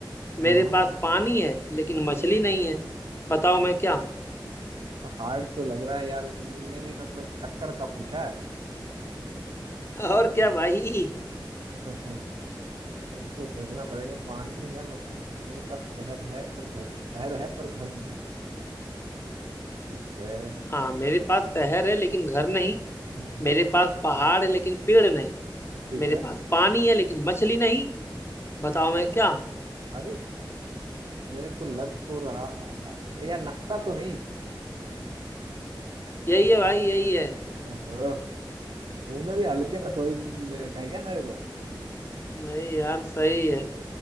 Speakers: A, on the right; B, on the left.
A: हाँ
B: मेरे
A: हाँ
B: पास पानी है लेकिन मछली नहीं है बताओ मैं क्या हूँ
A: हार्ड तो लग रहा है यार तुमने भी मतलब टक्कर का पूछा है
B: <laughs> और क्या भाई
A: <laughs> तो इसे सोचना पड़ेगा पानी है मछली है, मेरे पास शहर है पर घर नहीं शहर है पर घर नहीं है। ठीक है
B: हाँ मेरे पास शहर है लेकिन घर
A: है,
B: नहीं
A: नहीं है।
B: मेरे पास पहाड़ है लेकिन पेड़ नहीं
A: ठीक
B: मेरे
A: है
B: पास पानी है लेकिन मछली नहीं बताओ मैं क्या हूँ
A: अरे मेरे को लग तो रहा है। यार नक्शा तो नहीं
B: यही है भाई यही है
A: ओहो, तुमने भी हल्के में थोड़ी ले रखा है क्या मेरे को
B: नहीं यार सही है